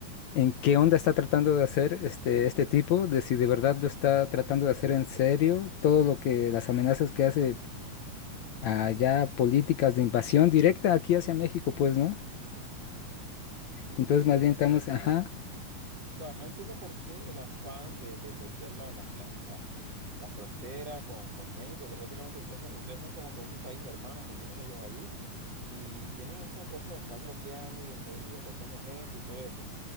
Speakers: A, on the left; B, on the right.
A: en qué onda está tratando de hacer este, este tipo, de si de verdad lo está tratando de hacer en serio, todo lo que las amenazas que hace allá, políticas de invasión directa aquí hacia México, pues, ¿no?
B: Sí,
A: Entonces
B: sí, de
A: más
B: verdad
A: bien estamos,
B: que no entiendo,
A: ajá,
B: sí, o sea, no entiendo por qué el afán de, de bloquear la, la, la, la, la frontera con, con México, que prácticamente ustedes son, ustedes son como que un país hermano que tienen ellos allí y tienen esa cosa de estar bloqueando y, expo- y deportando gente y todo eso.